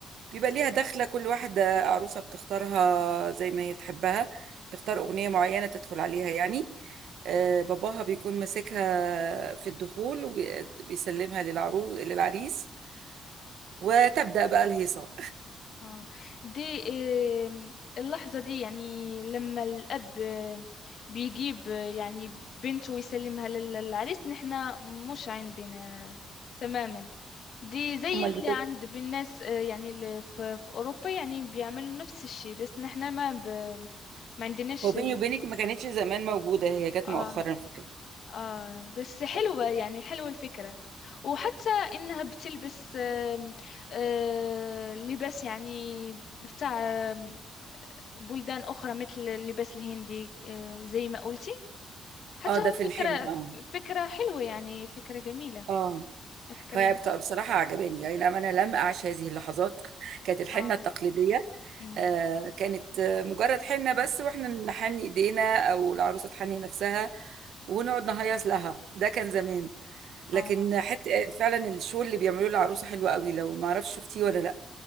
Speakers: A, on the right (about 75°); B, on the left (about 55°).
A: بيبقى ليها دخلة كل واحدة عروسة بتختارها زي ما هي تحبها تختار أغنية معينة تدخل عليها يعني آه، باباها بيكون ماسكها في الدخول وبيسلمها للعروس للعريس وتبدأ بقى الهيصة
B: اه دي آم، اللحظة دي يعني لما الأب آم، بيجيب آه، يعني بنته ويسلمها لل- للعريس نحنا مش عندنا تماما دي زي
A: <laughs> أمال
B: اللي
A: بتبقى
B: عند بالناس آه، يعني اللي في, في أوروبا يعني بيعملوا نفس الشيء بس نحنا ما ب... ما عندناش
A: هو بيني وبينك ما كانتش زمان موجودة هي جت
B: آه،
A: مؤخرا في
B: آه بس حلوة يعني حلوة الفكرة وحتى إنها بتلبس آم، آه لباس يعني بتاع آم، بلدان أخرى مثل اللباس الهندي آه زي ما قلتي حتى
A: اه ده
B: هو
A: في
B: فكرة
A: الحلم
B: ف-
A: اه
B: فكرة حلوة يعني فكرة جميلة
A: اه
B: فكرة
A: هي بت- بصراحة عجباني يعني أنا أنا لم أعش هذه اللحظات <laughs> كانت الحنة
B: آه
A: التقليدية
B: أمم،
A: آه، كانت آه، مجرد حنة بس واحنا نحن ايدينا او العروسة تحني نفسها ونقعد نهيص لها ده كان زمان لكن
B: آه
A: حتى فعلا الشغل اللي بيعملوه العروسة حلو قوي لو ما اعرفش شفتيه ولا لا